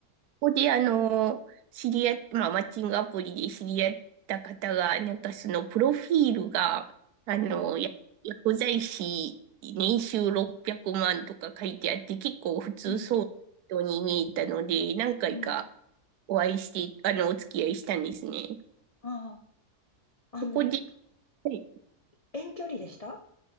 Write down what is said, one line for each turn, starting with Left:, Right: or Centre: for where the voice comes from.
Right: ここで、あの、知り合っ、まあ、マッチングアプリで知り合った方が、なんかその、プロフィールが、あの、
Left: はい。
Right: や薬剤師、年収600万とか書いてあって、結構普通そうな人に見えたので、
Left: うん。
Right: 何回か
Left: うん。
Right: お会いして、あの、お付き合いしたんですね。
Left: ああ。あの、
Right: そこで、はいい
Left: 遠距離でした